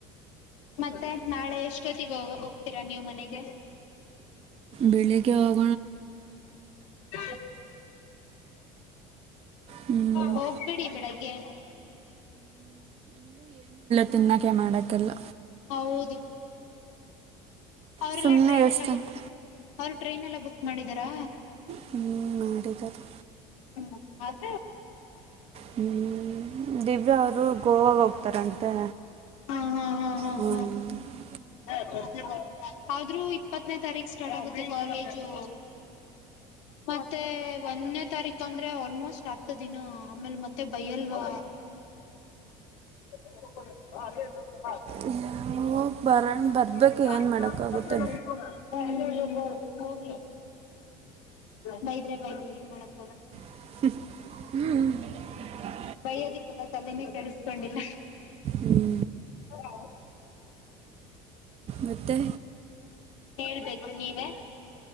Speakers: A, on the left (about 85°); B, on the right (about 40°).
A: ಮತ್ತೆ ನಾಳೆ ಎಷ್ಟೊತ್ತಿಗೆೋಗ ಹೋಗ್ತೀರಾ ನೀವು ಮನೆಗೆ
B: ಬೆಳಗ್ಗೆ ಹೋಗ
A: ಹಮ್
B: ಹ್ಞೂ
A: ಹೋಗ್ಬಿಡಿ ಬೆಳಗ್ಗೆ
B: ತಿನ್ನೋಕ್ಕೆೆ ಮಾಡೋಕ್ಕಲ್ಲ
A: ಹೌದು ಅವರೆಲ್ಲ
B: ಸುಮ್ಮನೆ
A: ಟ್ರೈನ್
B: ಎಷ್ಟು
A: ಎಲ್ಲ ಬ
B: ಅಂತ
A: ಅವ್ರು ಟ್ರೈನ್ ಎಲ್ಲ ಬುಕ್ ಮಾಡಿದಾರಾ
B: ಹ್ಮ್ ಮಾಡಿದ್ದಾರೆ
A: ಹ್ಮ
B: ಹ್ಮ್ ದಿವ್ಯಾ ಅವರು ಗೋವಾಗ ಹೋಗ್ತಾರಂತೆ
A: ಹಾ ಹಾ ಹಾ
B: ಹ್ಞೂ
A: ಹ ಹ ಇಪ್ಪತ್ತನೇ ತಾರೀಕ ಸ್ಟಾರ್ಟ್ ಆಗುದು ಕಾಲೇಜು ಮತ್ತೆ ಒಂದನೇ ತಾರೀಕ್ ಬಕಂದ್ರೆ ಆಲ್ಮೋಸ್ಟ್ ಹತ್ ದಿನ ಆಮೇಲ್ ಮತ್ತೆ ಬೈಯಲ್ವಾ ಹಾ ಹಾ
B: ಹ್ಞೂ ಹೋಗಿ ಬರೋಣ
A: ರ್
B: ಬರಬೇಕು ಏನು ಮಾಡೋಕ್ಕಾಗುತ್ತೆ
A: <unintelligible> ಹೋಗ ಬೈದ್ರೆ ಬೈದ್ರೆ ಏನ್ ಮಾಡತದ
B: ಹ್ಮ್
A: ಬೈ ಅದಿಕ್ಕಲ್ಲ ತಲೆನೇ ಕಡಸ್ಕೊಂಡಿಲ್ಲ
B: ಹ್ಞೂ
A: ಹ
B: ಮತ್ತೆ
A: ಹೇಳ್ಬೇಕು ನೀವೇ